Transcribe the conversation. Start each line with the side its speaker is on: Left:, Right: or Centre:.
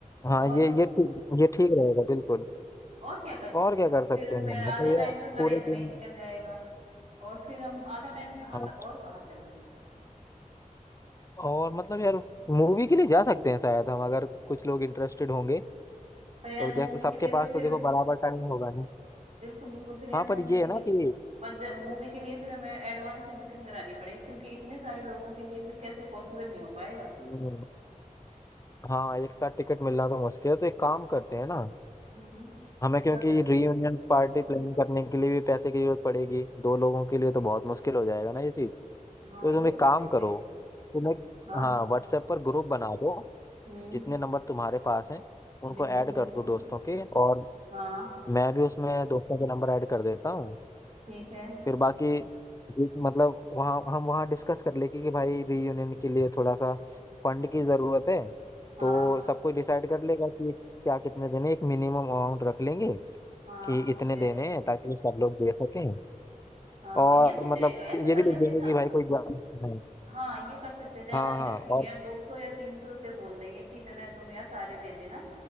Left: हाँ
Right: और
Left: ये
Right: हम
Left: ये ठीक ये ठीक रहेगा बिल्कुल
Right: और क्या कर सकते
Left: और क्या
Right: हैं हम
Left: कर सकते
Right: फिर हम
Left: हैं
Right: यार
Left: हम?
Right: आधा
Left: मतलब यार
Right: टाइम तो हमारा
Left: पूरे
Right: इसमें
Left: दिन
Right: ही निकल जाएगा और फिर हम आधा टाइम कहाँ
Left: हाँ
Right: का और कहाँ चलें
Left: और मतलब यार मूवी के लिए जा सकते हैं शायद हम अगर कुछ लोग इंटरेस्टेड होंगे
Right: पर यार
Left: तो देख
Right: मूवी
Left: सबके
Right: के लिए
Left: पास
Right: तो फिर
Left: तो देखो बराबर टाइम होगा नहीं
Right: बिल्कुल बिल्कुल फिर यार
Left: हाँ
Right: मूवी
Left: पर ये
Right: के
Left: है
Right: लिए
Left: ना कि
Right: बजट मूवी के लिए फिर हमें एडवांस में बुकिंग करानी पड़ेगी क्योंकि इतने सारे लोगों के लिए फिर कैसे पॉसिबल नहीं हो पाएगा
Left: हम्म, हाँ एक साथ टिकट मिलना तो मुश्किल है तो एक काम करते हैं ना
Right: हम्म
Left: हमें क्योंकि
Right: क्या कर
Left: रीयूनियन पार्टी प्लान करने के लिए भी पैसे की जरूरत पड़ेगी दो लोगों के लिए तो बहुत मुश्किल हो जाएगा ना ये चीज़ तो
Right: हाँ
Left: तुम
Right: ये
Left: एक
Right: तो
Left: काम
Right: सही कही
Left: करो
Right: तो
Left: तुम एक
Right: हाँ
Left: हाँ व्हाट्सएप पर ग्रुप बना दो
Right: हम्म
Left: जितने नंबर तुम्हारे पास हैं उनको
Right: बिल्कुल
Left: ऐड कर
Right: बिल्कुल
Left: दो दोस्तों के और
Right: हाँ
Left: मैं भी उसमें दोस्तों के नंबर ऐड कर देता हूँ
Right: ठीक है
Left: फिर बाकी ये मतलब वहाँ हम वहाँ डिस्कस कर लेंगे कि भाई रीयूनियन के लिए थोड़ा सा फंड की ज़रूरत है
Right: हाँ
Left: तो सब कोई डिसाइड कर लेगा कि क्या कितने देने हैं। एक मिनिमम अमाउंट रख लेंगे
Right: हाँ
Left: कि
Right: ठीक
Left: इतने
Right: है
Left: देने हैं ताकि सब लोग दे सकें
Right: हाँ हाँ
Left: और
Right: ये सही
Left: मतलब
Right: रहेगा ऐसा
Left: कि ये
Right: कर
Left: भी
Right: लेते
Left: लिख देंगे
Right: हैं ना
Left: कि भाई कोई जा-
Right: हाँ ये कर सकते हैं ज्यादा
Left: हाँ
Right: नहीं
Left: हाँ
Right: रखेंगे
Left: और
Right: यार दो सौ या तीन सौ रुपये बोल देंगे कि इतना है तुम यार सारे दे देना